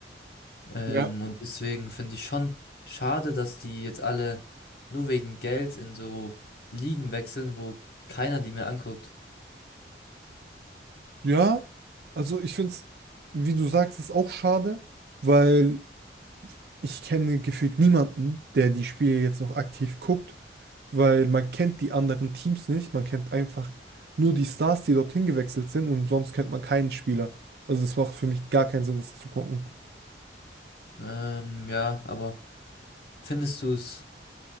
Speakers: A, on the left (about 55°); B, on the right (about 60°).
A: Ähm,
B: Ja.
A: und deswegen finde ich schon schade, dass die jetzt alle nur wegen Geld in so Ligen wechseln, wo keiner die mehr anguckt.
B: Ja, also ich finde es, wie du sagst, ist auch schade, weil ich kenne gefühlt niemanden, der die Spiele jetzt noch aktiv guckt, weil man kennt die anderen Teams nicht, man kennt einfach nur die Stars, die dorthin gewechselt sind und sonst kennt man keinen Spieler. Also das macht für mich gar keinen Sinn, das zu gucken.
A: Ähm, ja, aber findest du es